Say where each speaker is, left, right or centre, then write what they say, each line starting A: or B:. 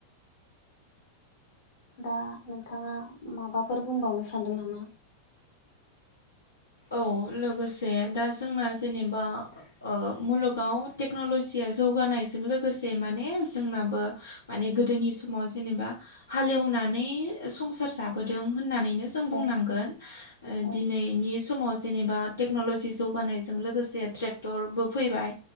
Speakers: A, on the left; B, on the left.
A: दा नोंथाङा माबाफोर बुंबावनो सानदों नामा?
B: औ लोगोसे दा जोंना जेनेबा ओ मुलुगाव टेक्न'लजिया जौगानायजों लोगोसे माने जोंनाबो माने गोदोनि समाव जेनेबा हालेवनानै एवनानै संसार जाबोदों होन्नानैनो जों बुंनांगोन
A: औ
B: ओ
A: औ
B: दिनैनि समाव जेनेबा टेक्न'लजि जौगानायजों लोगोसे ट्रेक्टरबो फैबाय